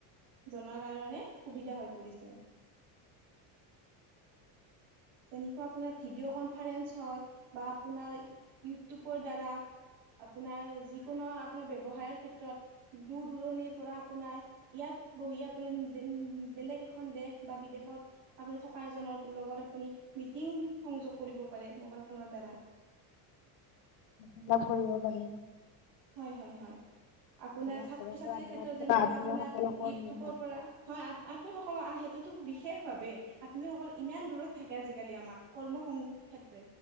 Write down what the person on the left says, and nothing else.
অলপ কৰিব পাৰি।
ঘৰৰ
পৰা
দূৰত থকা
আত্মীয়
সকলকো
আমি